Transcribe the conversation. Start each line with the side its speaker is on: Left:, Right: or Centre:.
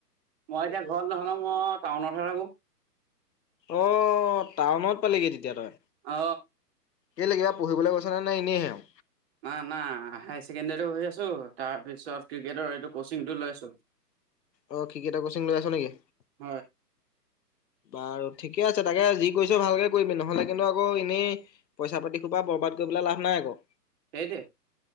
Right: মই এতিয়া ঘৰত নহ'লে মই টাউনতহে থাকো।
Left: অ, টাউনত পালিগি তেতিয়া তই।
Right: অ
Left: কেলে কিবা পঢ়িবলৈ গৈছে নে নাই এনেইহে আৰু।
Right: না না হাই ছেকেণ্ডেৰীও হৈ আছো, তাৰপিছত ক্ৰিকেটৰ এইটো কচিংটো লৈ আছো।
Left: অ ক্ৰিকেটৰ কচিং লৈ আছ নেকি?
Right: হয়
Left: বাৰু ঠিকে আছে তাকে যি কৰিছো ভালকে কৰিবি নহলে কিন্তু আকৌ এনেই, পইচা পাতি সোপা বৰ কৰবাত গৈ পেলাই লাভ নাই আকৌ।
Right: সেইটোৱে।